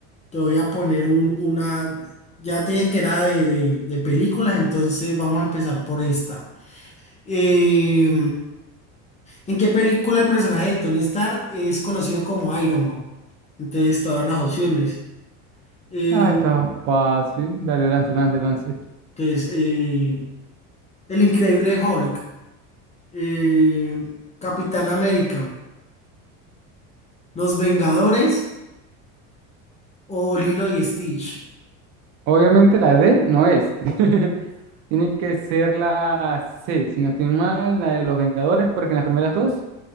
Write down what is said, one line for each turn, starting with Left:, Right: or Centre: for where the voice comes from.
Left: te voy a poner un, una, ya te dije que era de, de, de películas, entonces vamos a empezar por esta. Eh, ¿en qué película el personaje de Tony Stark es conocido como Iron Man? Entonces todas las opciones. Eh,
Right: Ah, está fácil. Dale, lance, lance, lance.
Left: entonces, eh, El Increíble Hulk, eh, Capitán América, Los Vengadores o Lilo y Stitch.
Right: Obviamente la D no es. <laughs> Tiene que ser la C, si no estoy mal, la de los Vengadores, porque en las primeras dos